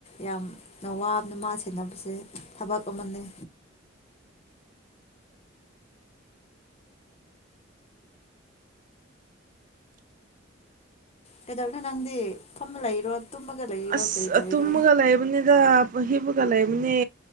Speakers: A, on the left; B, on the right.
A: ꯌꯥꯝꯅ ꯋꯥꯕꯅ ꯃꯥ ꯁꯦꯟꯅꯕꯁꯦ ꯊꯕꯛ ꯑꯃꯅꯤ ꯀꯩꯗꯧꯅꯣ ꯅꯪꯗꯤ ꯐꯝꯃ ꯂꯩꯔꯣ ꯇꯨꯝꯃꯒ ꯂꯩꯔꯣ
B: ꯑꯁ
A: ꯀꯔꯤ ꯇꯧꯔꯤꯔꯣ
B: ꯇꯨꯝꯃꯒ ꯂꯩꯕꯅꯤꯗ ꯍꯤꯞꯄꯒ ꯂꯩꯕꯅꯦ